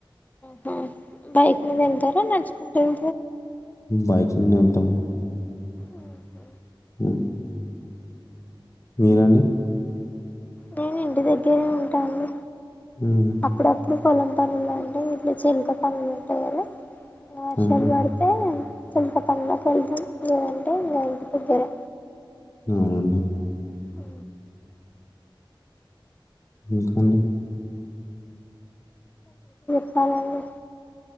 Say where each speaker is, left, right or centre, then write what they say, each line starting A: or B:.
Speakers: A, on the left (about 15°); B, on the left (about 35°).
A: హ బైకింగ్ వెళ్తారా స్క టైం
B: బైక్ మీనే వెళ్తాం
A: ఉ
B: అ మీరండి
A: నేను ఇంటి దగ్గరే ఉంటాను
B: హ్మ్.
A: అప్పుడు అప్పుడుే పొలం పనులు అండి ఇలా జీలక పనులు ఉంటాయి కదా వర్షాలు
B: ఆహా!
A: పడుతే చంకా పండాకా ఇదు ఏదంటే న ఇంటి దగ్గరే
B: అవు
A: మ్
B: ఇంకా
A: క అలాగే